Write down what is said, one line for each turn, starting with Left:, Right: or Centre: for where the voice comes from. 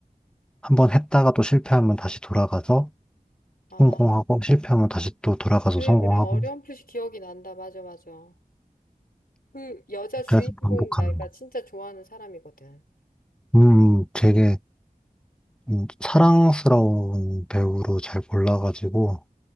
Centre: 한 번 했다가 또 실패하면 다시 돌아가서
Left: 아,
Centre: 성공하고, 실패하면 다시 또 돌아가서
Left: 그래,
Centre: 성공하고,
Left: 그래. 어렴풋이 기억이 난다. 맞아, 맞아. 그 여자 주인공
Centre: 그래서 반복하는
Left: 내가
Centre: 거.
Left: 진짜 좋아하는 사람이거든.
Centre: 음, 되게 음, 사랑스러운 배우로 잘 골라가지고,